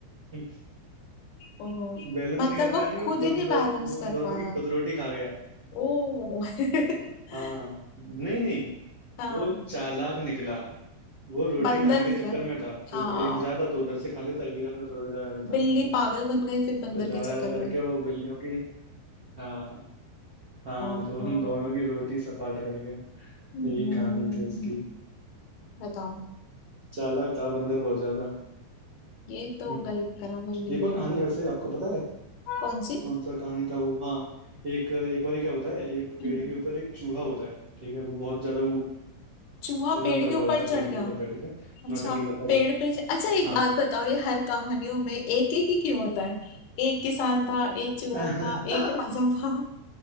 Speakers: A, on the right; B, on the left.
A: <laughs>
B: ओ
A: बैलेंस
B: मतलब
A: नहीं कर
B: वो
A: पाया नहीं
B: खुद
A: वो खुद
B: ही नहीं
A: दो
B: बैलेंस
A: वो उन
B: कर
A: दोनों
B: पाया
A: की खुद रोटी खा गया
B: ओ <laughs>
A: हाँ नहीं नहीं
B: हाँ
A: वो चालाक निकला वो रोटी
B: बंदर
A: खाने के
B: निकल
A: चक्कर में था तो
B: हाँ
A: एक ज्यादा तो उधर से खा लेता एक ज्यादा तो उधर से खा लेता हाँ।
B: बिल्ली पागल बन गई फिर बंदर
A: तो ज्यादा
B: के
A: ज्यादा
B: चक्कर में
A: करके वो बिल्लियों की हाँ हाँ
B: ओहो
A: तो उन दोनों की रोटी सपाट कर गया यही
B: हम्म,
A: कहानी थी उसकी
B: बताओ
A: चालाक था बंदर बहुत ज्यादा
B: ये तो
A: हम्म
B: गलत करा भाई बिल्ली
A: एक और कहानी
B: ने
A: है वैसे आपको पता है
B: कौन सी
A: कौन सा कहानी था वो हाँ एक एक बार क्या होता है एक
B: हम्म,
A: पेड़ के ऊपर एक चूहा होता है ठीक है वो बहुत ज्यादा ऊ-
B: चूहा
A: ऊधम
B: पेड़
A: कर
B: के
A: रहा
B: ऊपर
A: होता
B: चढ़
A: है पेड़
B: गया
A: के ऊपर बैठ के
B: अच्छा
A: नौटंकी करता
B: पेड़
A: रहता है
B: पे अच्छा एक
A: हाँ
B: बात बताओ ये हर कहानियों में एक एक ही क्यों होता है एक किसान था एक चूहा
A: <laughs>
B: था एक राजा था